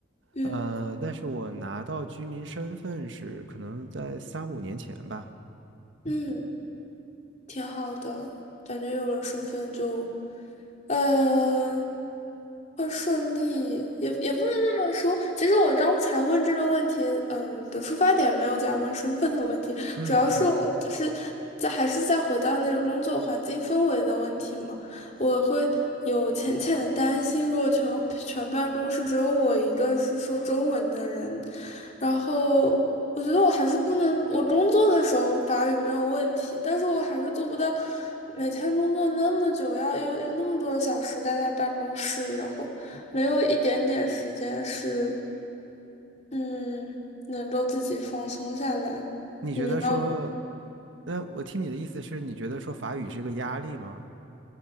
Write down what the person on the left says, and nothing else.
嗯
嗯，挺好的，感觉有了身份就。嗯，会顺利，也也不能这么说。其实我刚才问这个问题，嗯的出发点没有在问身份的问题，
主要是我就是在还是在回到那个工作环境氛围的问题嘛。我会有浅浅的担心，如果全全办公室只有我一个是说中文的人，然后。我觉得我还是不能，我工作的时候法语没有问题，但是我还是做不到每天工作那么久，要要有那么多的小时待在办公室，然后没有一点点时间是，嗯，能够自己放松下来。
你明白我的？